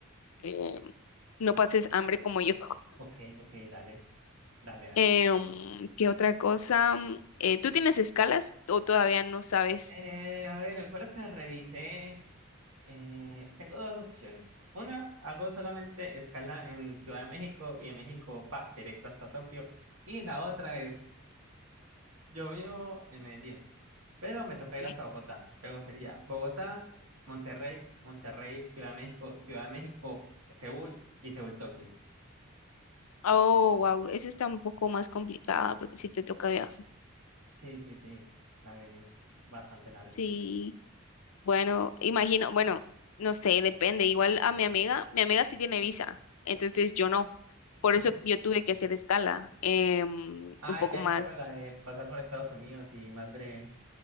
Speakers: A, on the left (about 80°); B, on the right (about 75°).
A: eh, no pases hambre como yo.
B: Ok, ok, dale. Dale, dale.
A: Eh, um, ¿qué otra cosa? Mm, eh, ¿tú tienes escalas o todavía no sabes?
B: Eh, a ver, el vuelo que revisé, eh, tengo dos opciones. Una, hago solamente escala en Ciudad de México y de México pa, directo hasta Tokio. Y la otra es, yo vivo en Medellín, pero me toca ir
A: Ya.
B: hasta Bogotá. Luego sería Bogotá, Monterrey, Monterrey, Ciudad de México, Ciudad de México, Seúl y Seúl, Tokio.
A: Oh, wow, esa está un poco más complicada porque si te toca viajar.
B: Sí, sí, sí, dale, es bastante largo.
A: Sí, bueno, imagino, bueno, no sé, depende. Igual a mi amiga, mi amiga sí tiene visa, entonces yo no. Por
B: Ujú.
A: eso yo tuve que hacer escala, eh, mm,
B: Ah,
A: un poco
B: ya
A: más.
B: hizo la de pasar por Estados Unidos y más breve.